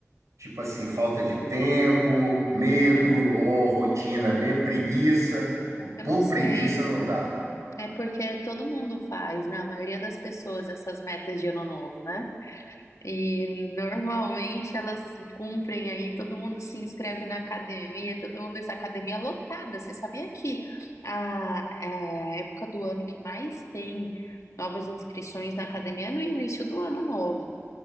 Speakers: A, on the right; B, on the left.
A: Tipo assim, falta de tempo, medo
B: Nossa,
A: ou rotina, me- preguiça.
B: eu
A: Por
B: não sei.
A: preguiça não dá.
B: É porque todo mundo faz, né? A maioria das pessoas, essas metas de ano novo, né? E normalmente elas cumprem aí, todo mundo se inscreve na academia, todo mundo. Isso, academia lotada. Você sabia que a é, época do ano que mais tem novas inscrições na academia é no início do ano novo,